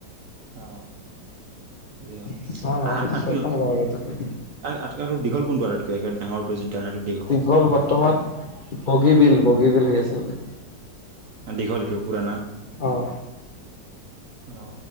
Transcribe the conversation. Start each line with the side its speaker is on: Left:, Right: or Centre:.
Right: অ যি হওক
Left: হোৱা নাই
Right: আৰু আটাইতকৈ
Left: ছয়খন গ থাকি
Right: আটাইতকৈ দীঘল কোনটো আটাইতকৈ একে ডাঙৰটো যোনটো আটাইতকৈ
Left: দীঘল বৰ্তমান বগীবল-বগীবল হৈ আছে বোলে।
Right: অ' দীঘল এইটো পুৰণা,
Left: অ
Right: অ'